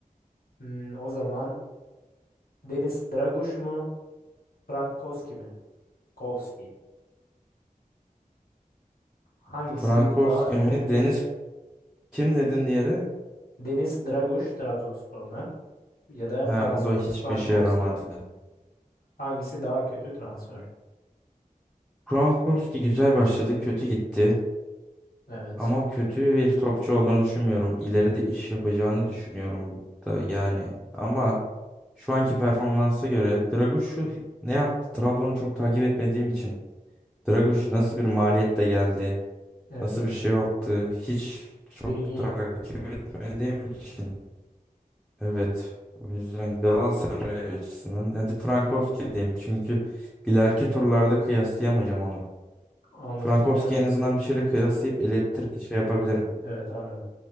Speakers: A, on the left (about 85°); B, in the centre.
A: Hmm, o zaman Deniz Draguş mu? Frank Koski mi? Koski. Hangisi
B: Frankowski
A: daha kötü?
B: mi? Deniz kim dedin diğeri?
A: Deniz Draguş Trabzonspor'dan ya da
B: Ha,
A: Frans
B: o da hiçbir
A: Frankowski.
B: şey yaramadı.
A: Hangisi daha kötü transfer?
B: Frankowski güzel başladı, kötü gitti.
A: Evet.
B: Ama kötü bir topçu olduğunu düşünmüyorum. İleride iş yapacağını düşünüyorum da yani. Ama şu anki performansa göre Dragoş'u ne yaptı? Trabzon'u çok takip etmediğim için. Dragoş nasıl bir maliyetle geldi?
A: Evet.
B: Nasıl bir şey yaptı? Hiç çok
A: Bilgin
B: takip
A: yok.
B: etmediğim için. Evet. O yüzden Galatasaray açısından. Hadi Frankowski diyeyim. Çünkü ileriki turlarda kıyaslayamayacağım onu.
A: Anın
B: Frankowski
A: bir yer.
B: en azından bir şeyle kıyaslayıp ilettir şey yapabilirim.
A: Evet anın.